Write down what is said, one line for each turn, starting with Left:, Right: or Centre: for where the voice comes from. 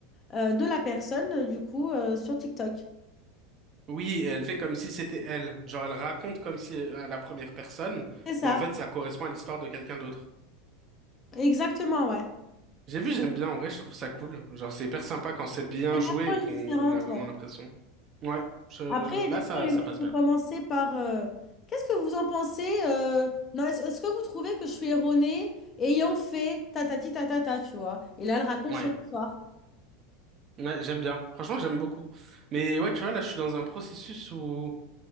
Left: euh, de la personne, euh, du coup, euh, sur TikTok.
Right: Oui, et elle fait comme si c'était elle. Genre, elle raconte comme si euh, à la première personne,
Left: C'est ça,
Right: mais en fait, ça correspond à l'histoire de quelqu'un d'autre.
Left: exactement, ouais.
Right: J'ai vu, j'aime bien. En vrai, je trouve ça cool. Genre, c'est hyper sympa quand c'est bien
Left: C'est une
Right: joué
Left: approche
Right: et qu'on
Left: différente,
Right: a vraiment
Left: ouais.
Right: l'impression. Ouais, je,
Left: Après,
Right: je- là,
Left: des fois,
Right: ça,
Left: elle
Right: ça passe
Left: peut
Right: bien.
Left: commencer par euh, Qu'est-ce que vous en pensez euh, Non, est-ce est-ce que vous trouvez que je suis erronée ayant fait tatati tatata, tu vois? Et là, elle raconte
Right: Ouais,
Left: son histoire.
Right: ouais, j'aime bien. Franchement, j'aime beaucoup. Mais ouais, tu vois, là, je suis dans un processus où